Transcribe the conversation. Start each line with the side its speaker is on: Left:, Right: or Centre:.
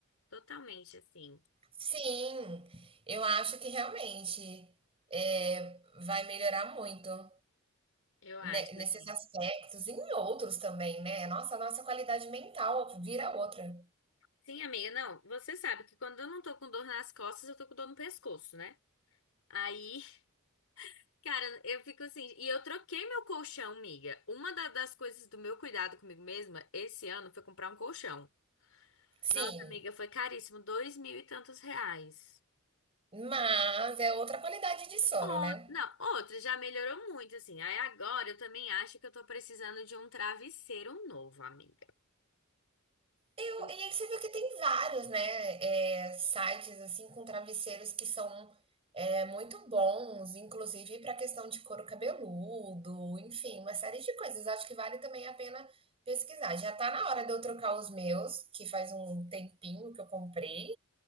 Left: Totalmente assim.
Right: Sim, eu acho que realmente, eh, vai melhorar muito,
Left: Eu acho
Right: ne nesses
Left: assim.
Right: aspectos e em outros também, né. Nossa, a nossa qualidade mental vira outra.
Left: Sim, amiga, não, você sabe que quando eu não tô com dor nas costas, eu tô com dor no pescoço, né? Aí, <laughs> cara, eu fico assim, e eu troquei meu colchão, amiga. Uma da- das coisas do meu cuidado comigo mesma esse ano foi comprar um colchão. Nossa,
Right: Sim,
Left: amiga, foi caríssimo, dois mil e tantos reais.
Right: mas é outra qualidade de sono,
Left: Ou,
Right: né.
Left: não, outro já melhorou muito, assim. Aí agora eu também acho que eu tô precisando de um travesseiro novo, amiga.
Right: Eu,
Left: Um-
Right: e aí você viu que tem vários, né, eh, sites assim com travesseiros que são eh, muito bons, inclusive para questão de couro cabeludo, enfim, uma série de coisas. Acho que vale também a pena pesquisar. Já tá na hora de eu trocar os meus, que faz um tempinho que eu comprei.